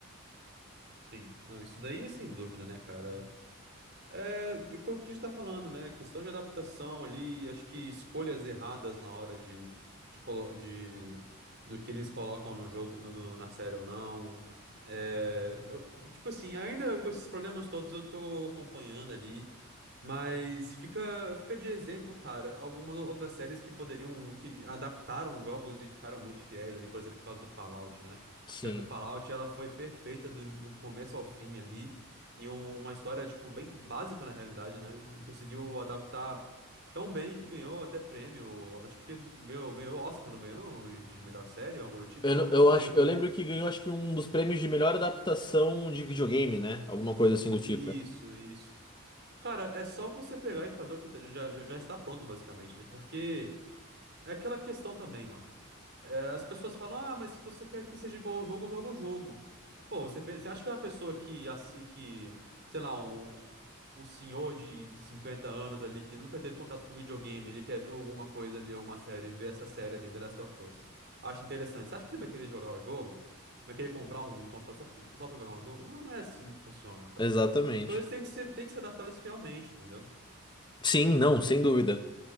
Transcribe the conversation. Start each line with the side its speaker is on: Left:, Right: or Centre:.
Right: Sim. Não, isso daí é sem dúvida, né, cara? É, como que a gente tá falando, né? Questão de adaptação ali, acho que escolhas erradas na hora de, de, colo- de- do que eles colocam no jogo, no- no- na série ou não. É, eu- tipo assim, ainda com esses problemas todos eu tô acompanhando ali, mas fica, fica de exemplo, cara, algumas outras séries que poderiam, que adaptaram jogos e ficaram muito fiéis ali, por exemplo, por causa do Fallout, né?
Left: Sim.
Right: A série do Fallout, ela foi perfeita do do começo ao fim ali. E um- uma história, tipo, bem básica na realidade, né? E conseguiu adaptar tão bem que ganhou até prêmio. Acho que ganhou, ganhou Oscar, não ganhou? De de melhor série ou algo do tipo?
Left: Eu,
Right: Eu
Left: não-
Right: não,
Left: eu
Right: não lembro.
Left: acho, eu lembro que ganhou acho que um dos prêmios de melhor adaptação de videogame, né? Alguma coisa assim do tipo.
Right: Isso, isso. Cara, é só você pegar e fazer o que tá- já, já já está pronto, basicamente, né? Porque é aquela questão também, mano. As pessoas falam, ah, mas se você quer que seja igual ao jogo, joga o jogo. Pô, você, pe- você acha que é uma pessoa que, assim, que, sei lá, um, um senhor de 50 anos ali que nunca teve contato com videogame, ele quer ver alguma coisa ali, alguma série, ver essa série ali, The Last of Us. Acha interessante. Você acha que ele vai querer jogar o jogo? Vai querer comprar um console só, pra- só pra jogar um jogo? Não, não é assim que funciona, sabe?
Left: Exatamente.
Right: As coisas têm que ser, têm que ser adaptadas fielmente, entendeu?
Left: Sim, não, sem dúvida.